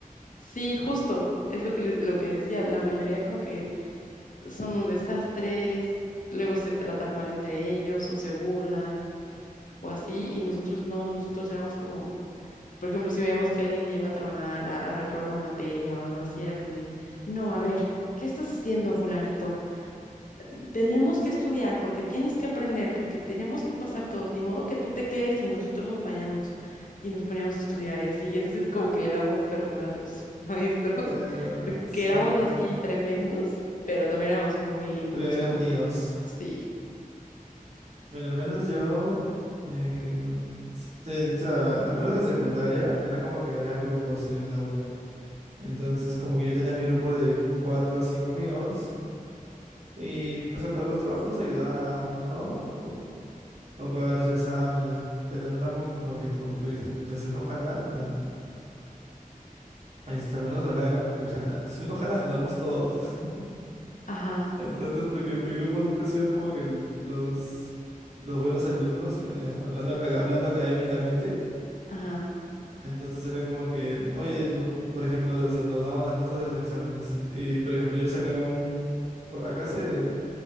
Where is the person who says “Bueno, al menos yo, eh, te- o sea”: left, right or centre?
Right